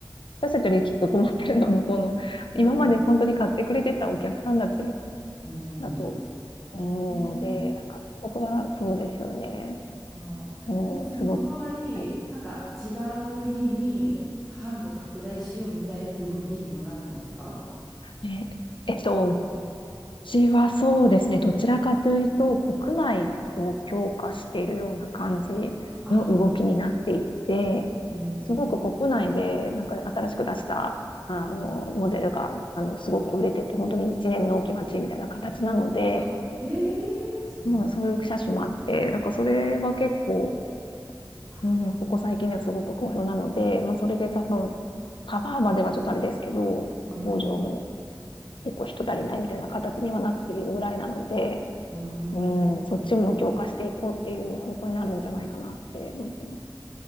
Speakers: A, on the left; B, in the centre.
A: 私たちよりきっと困ってるのは向こうの、今まで本当に買ってくれてたお客さんたち
B: そう、う
A: だと思うので、
B: ん、ねえ、
A: なんか、ここはそうですよね。
B: うん。
A: もうん、
B: でもその代わり、
A: すごく。はい。
B: なんか違う国に販路拡大しようみたいな動きにもなってますか
A: え、えっと、私はそうですね、どちらかというと、国内を強化しているような感じ
B: あ、
A: の動きになっていって、
B: ええ
A: すごく国内でなんか新しく出したあのモデルがあのすごく売れてて、
B: ー
A: 本当に一年の納期待ちみたいな形なので、
B: あ、ええーそうなん
A: まあ、そういう車種もあって、なんかそれが結構、
B: だ。
A: うん、ここ最近ではすごく好評なので、まあ、それで多分、カバーまではちょっとあれですけど、
B: うーん、
A: 工場も結構人足りないみたいな形にはなっているぐらいなので、
B: うーん、
A: うん、
B: なる
A: そっちも強化していこうっていう方向になるんじゃないかなって思ってます。